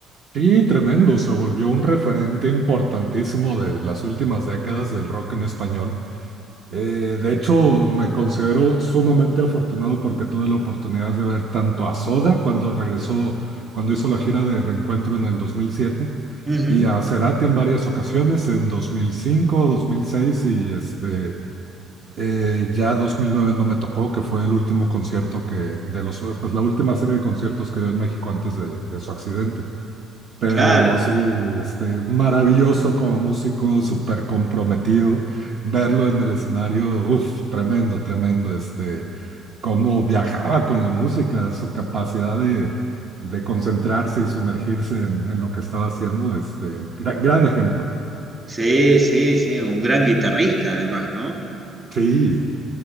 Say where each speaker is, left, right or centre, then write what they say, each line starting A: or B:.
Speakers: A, on the right (about 40°); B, on the right (about 15°).
A: Sí, tremendo. Se volvió un referente importantísimo de las últimas décadas del rock en español. Eh, de hecho, me considero sumamente afortunado porque tuve la oportunidad de ver tanto a Soda cuando regresó, cuando hizo la gira de Reencuentro en el 2007
B: Ujú,
A: y a Cerati en varias ocasiones en dos dos mil cinco dos mil seis y este Eh, ya 2009 no me tocó, que fue el último concierto que, de los, pues la última serie de conciertos que dio en México antes de, de su accidente. Pero
B: claro,
A: sí, este, maravilloso como músico, súper comprometido. Verlo en el escenario, uff, tremendo, tremendo. Este, cómo viajaba con la música, su capacidad de, de concentrarse y sumergirse en, en lo que estaba haciendo. Este, gra- gran ejemplo.
B: sí, sí, sí, un gran guitarrista además, ¿no?
A: Sí.